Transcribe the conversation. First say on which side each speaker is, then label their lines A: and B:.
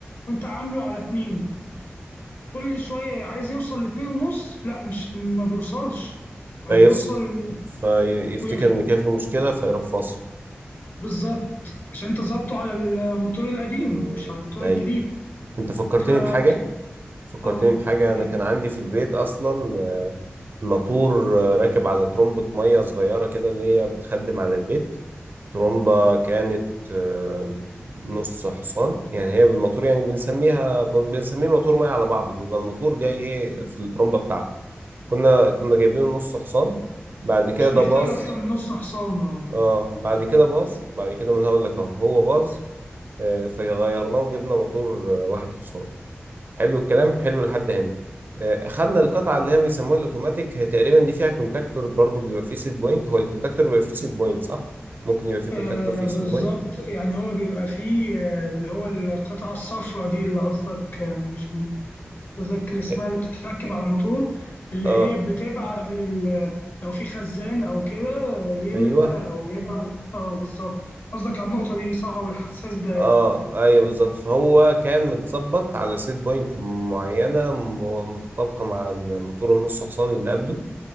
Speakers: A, on the left; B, on the right.
A: وانت عامله على اتنين كل شوية عايز يوصل لاتنين ونص لا مش ما بيوصلش يعني
B: فيفصل
A: بيوصل
B: فيفتكر
A: ويخ
B: ان كده في مشكله فيروح فاصل
A: بالظبط عشان انت ظابطه على الموتور القديم
B: مم.
A: مش على الموتور
B: ايوه
A: الجديد
B: انت فكرتني
A: ف أوكي.
B: بحاجه فكرتني
A: اه
B: بحاجه
A: يعني
B: انا كان عندي في البيت اصلا آه، موتور آه، راكب على ترمبه ميه صغيره كده اللي هي بتخدم على البيت ترومبة كانت آه، نص حصان يعني هي بالموتور يعني بنسميها بنسميه موتور ميه على بعضه بيبقى الموتور جاي ايه في الترومبة بتاعته كنا كنا جايبينه نص حصان بعد كده
A: مش
B: ده
A: محتاج
B: باظ
A: اكتر من نص حصان اه يعني
B: اه بعد كده باظ بعد كده ما انا هقول لك اهو هو باظ آه، فغيرناه وجبنا موتور آه، واحد حصان حلو الكلام حلو لحد هنا آه، خدنا القطعه اللي هي بيسموها الاوتوماتيك هي تقريبا دي فيها كونتاكتور برضو بيبقى فيه سيت بوينت هو الكونتاكتور بيبقى فيه سيت بوينت صح ممكن يبقى فيه كونتاكتور
A: آه
B: فيه سيت
A: بالظبط
B: بوينت
A: يعني هو بيبقى فيه آه اللي هو القطعة الصفراء دي اللي قصدك آه، مش م- مش متذكر اسمها
B: اه
A: اللي بتتركب على الموتور اللي
B: آه،
A: هي بتبعت لل لو في خزان أو كده آه، يملى
B: ايوه
A: أو يبعت اه بالظبط قصدك على النقطة دي صح والحساس ده
B: اه ايوه بالظبط فهو كان متظبط على سيت بوينت معينه م- متطابقه مع الموتور النص حصان اللي قبله